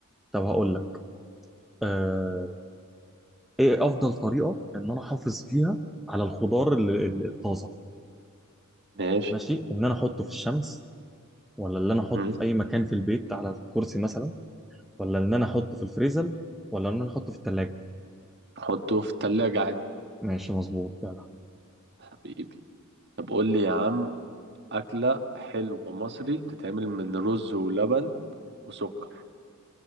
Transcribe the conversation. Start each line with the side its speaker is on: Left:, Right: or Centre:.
Centre: طب هقول لك آه ايه افضل طريقه ان انا احافظ فيها على الخضار ال- ال- الطازه
Right: ماشي
Centre: ماشي ان انا احطه في الشمس ولا اللي انا احطه
Right: مم.
Centre: في اي مكان في البيت على كرسي مثلا ولا ان انا احطه في الفريزر ولا ان انا احطه في الثلاجه
Right: حطه في التلاجة عادي
Centre: ماشي مظبوط جدع
Right: حبيبي طب قول لي يا عم أكلة حلو مصري بتتعمل من رز ولبن وسكر